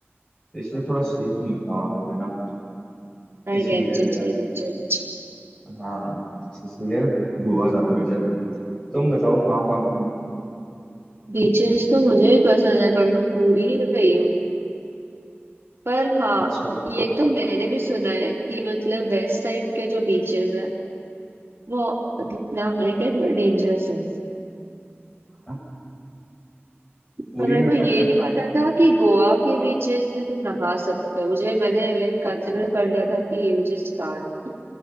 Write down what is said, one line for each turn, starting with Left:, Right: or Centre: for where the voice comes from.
Left: तो इसलिए थोड़ा सेफ नहीं होता वहाँ पे रहना
Right: I
Left: इसीलिए
Right: get it I get it
Left: हाँ इसीलिए गोवा ज्यादा बेटर है तुम बताओ कहाँ कहाँ घूमे
Right: Beaches तो मुझे भी पसंद है पर मैं पूरी ही गई हूँ पर हाँ
Left: अच्छा
Right: ये तो मैंने भी सुना है कि मतलब वेस्ट साइड के जो बीचेस है वो मतलब नहाने के थोड़े डेंजरस है
Left: हाँ, पुरी
Right: पर मेरे
Left: में
Right: को
Left: क्या
Right: ये
Left: क्या था
Right: नहीं पता था कि गोवा के बीचेस में तुम नहा सकते हो मुझे मैंने लाइक कंसिडर कर लिया था कि यू जस्ट कांट